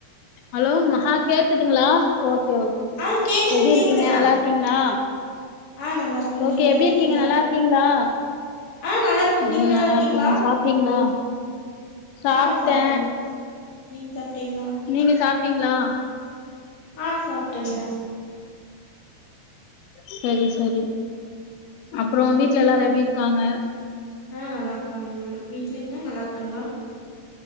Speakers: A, on the left; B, on the left.
A: ஹலோ மஹா கேக்குதுங்ளா‌ ஓகே ஓகே
B: ஆ கேக்குதுங்க
A: எப்டி இருக்கீங்க
B: கேக்குதுங்க
A: நல்லாருக் கிங்ளா
B: ஆ நல்லா இருக்குங்க
A: ஓகே
B: நீங்க நல்லா
A: எப்டி
B: இருக்கீங்களா
A: இருக்கீங்க நல்லாருக்கீங்ளா
B: ஆ நல்லா இருக்குங்க
A: ம்
B: நீங்க நல்லா
A: நல்லாருக்கும்
B: இருக்கீங்களா
A: சாப்ட்டீங்ளா சாப்ட
B: ஆ சாப்ட்டேங்க நீங்க சாப்ட்டீங்களா
A: நீங்க சாப்டீங்ளா
B: ஆ சாப்டேங்க
A: செரி செரி
B: ம்
A: அப்றோ வீட்ல எல்லாரு எப்டி இருக்காங்க
B: ஆ நல்லாருக்காங்க வீட்லங்ளா நல்லாருக்காங்ளா